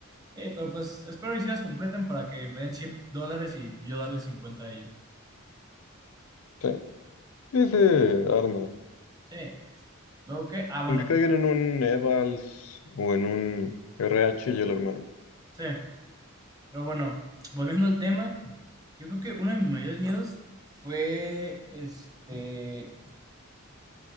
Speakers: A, on the right (about 15°); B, on the left (about 75°).
A: Eh, pero pues espero y si las completen para que me den 100 dólares y yo darles 50 a ellos.
B: Sí. Ese arma.
A: Sí. Luego que, ah, bueno,
B: aunque caigan en un Evals o en un RH, ya lo armaron.
A: sí. Pero bueno, volviendo al tema, yo creo que uno de mis mayores miedos fue este